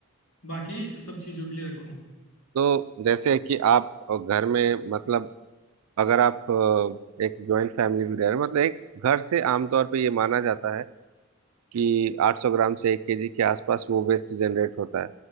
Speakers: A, on the left; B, on the right.
A: बाकी सब चीजों के लिए रखूँ
B: तो जैसे कि आप अ, घर में मतलब अगर आप अ, एक जॉइंट फैमिली भी रह रहे हो मतलब एक घर से आमतौर पे ये माना जाता है कि 800 ग्राम से एक केजी के आसपास वो वेस्ट जनरेट होता है